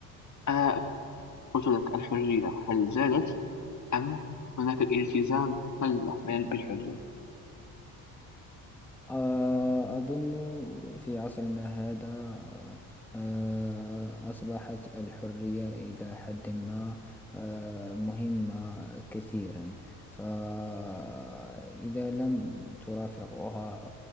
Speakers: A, on the left (about 40°); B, in the centre.
A: آه، قلت لك الحرية هل زادت أم هناك الالتزام قل من- بالحرية
B: آه، أظن في عصرنا هذا آه، أصبحت الحرية إلى حد ما آه، مهمة كثيرا فإذا لم ترافقها